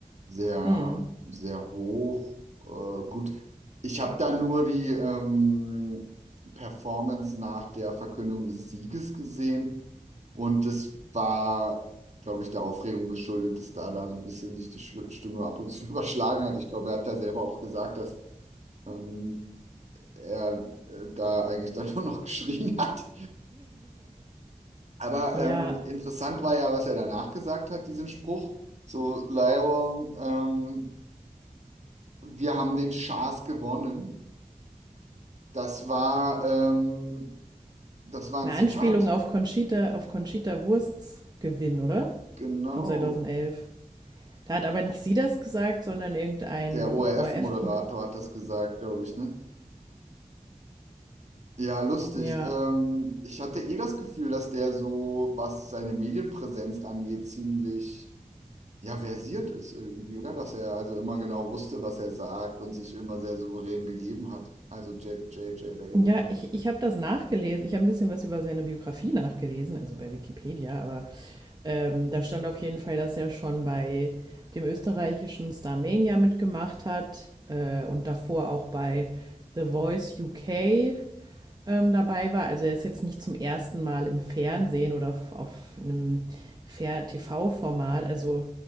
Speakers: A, on the right (about 55°); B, on the right (about 30°).
A: sehr,
B: Mhm.
A: sehr hoch. Äh, gut, ich habe da nur die ähm, Performance nach der Verkündung des Sieges gesehen und das war, glaube ich, der Aufregung geschuldet, dass da dann so ein bisschen sich die Sch- Stimme ab und zu <laughs> überschlagen hat. Ich glaube, er hat da selber auch gesagt, dass ähm, er äh, da eigentlich dann nur noch <laughs> geschrien hat. Aber
B: Ja,
A: ähm, interessant war ja, was er danach gesagt hat, diesen Spruch. So, Lionel, ähm, wir haben den Schaß gewonnen. Das war, ähm, das war
B: eine
A: ein Zitat.
B: Anspielung auf Conchita, auf Conchita Wursts Gewinn, oder?
A: Genau.
B: Von zweitausendelf Da hat aber nicht sie das gesagt, sondern irgendein
A: Der ORF-Moderator
B: ORF-Kommentar.
A: hat das gesagt, glaube ich, ne? Ja, lustig.
B: Ja.
A: Ähm, ich hatte eh das Gefühl, dass der so, was seine Medienpräsenz angeht, ziemlich ja, versiert ist irgendwie, oder? Dass er also immer genau wusste, was er sagt und sich immer sehr souverän gegeben hat. Also J- J J, der Gewinner.
B: Ja, ich, ich habe das nachgelesen. Ich habe ein bisschen was über seine Biografie nachgelesen, also bei Wikipedia, aber ähm, da stand auf jeden Fall, dass er schon bei dem österreichischen Starmania mitgemacht hat äh, und davor auch bei The Voice UK ähm, dabei war. Also er ist jetzt nicht zum ersten Mal im Fernsehen oder auf, auf einem Fer- TV-Format. Also